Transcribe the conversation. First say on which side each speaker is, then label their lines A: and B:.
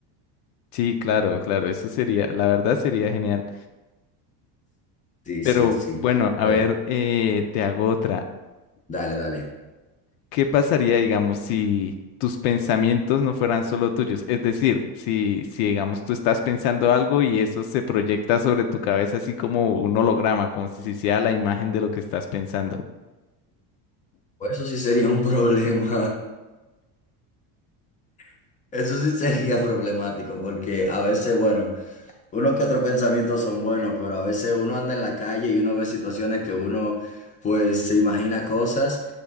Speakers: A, on the left (about 80°); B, on the left (about 20°).
A: Sí, claro, claro, eso sería, la verdad sería genial.
B: Sí,
A: Pero
B: sí, sí.
A: bueno, a
B: Bueno,
A: ver, eh, te hago otra.
B: dale, dale.
A: ¿Qué pasaría, digamos, si tus pensamientos no fueran solo tuyos? Es decir, si, si, digamos, tú estás pensando algo y eso se proyecta sobre tu cabeza así como un holograma, como si se hiciera la imagen de lo que estás pensando.
B: Pues Eso sí sería un problema. <laughs> Eso sí sería problemático porque a veces, bueno, uno que otros pensamientos son buenos, pero a veces uno anda en la calle y uno ve situaciones que uno pues se imagina cosas